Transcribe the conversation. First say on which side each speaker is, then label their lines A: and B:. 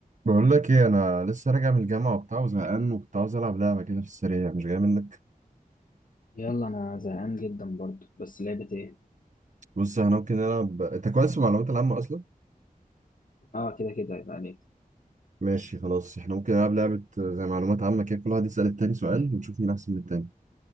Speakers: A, on the right; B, on the left.
A: بقول لك ايه انا لسه راجع من الجامعه وبتاع وزهقان وكنت عاوز العب لعبه كده في السريع مش جاي منك
B: يلا انا زهقان جدا برضو بس لعبة ايه
A: بص احنا ممكن نلعب انت كويس في المعلومات العامه اصلا
B: اه كده كده يبقى عليك
A: ماشي خلاص احنا ممكن نلعب لعبه زي معلومات عامه كده كل واحد يسال التاني سؤال ونشوف مين احسن من التاني